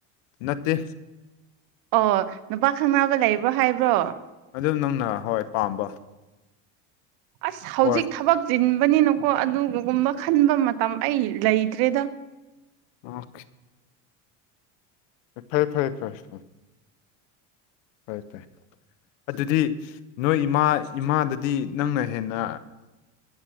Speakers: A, on the left; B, on the right.
A: ꯅꯠꯇꯦ
B: ꯑꯣ ꯅꯨꯄꯥ ꯈꯪꯅꯕ ꯂꯩꯕ꯭ꯔꯣ ꯍꯥꯏꯕ꯭ꯔꯣ
A: ꯑꯗꯨ ꯅꯪꯅ ꯍꯣꯏ ꯄꯥꯝꯕ
B: ꯑꯁ ꯍꯧꯖꯤꯛ
A: ꯍꯣꯏ
B: ꯊꯕꯛ ꯆꯤꯟꯕꯅꯤꯅꯀꯣ ꯑꯗꯨꯒꯒꯨꯝꯕ ꯈꯟꯕ ꯃꯇꯝ ꯑꯩ ꯂꯩꯇ꯭ꯔꯦꯗ
A: ꯑꯣ ꯐꯔꯦ ꯐꯔꯦ ꯐꯔꯦ ꯍꯥꯏꯥꯏ ꯇ ꯑꯗꯨꯗꯤ ꯅꯣꯏ ꯏꯃꯥ ꯏꯃꯥꯗꯗꯤ ꯅꯪꯅ ꯍꯦꯟꯅ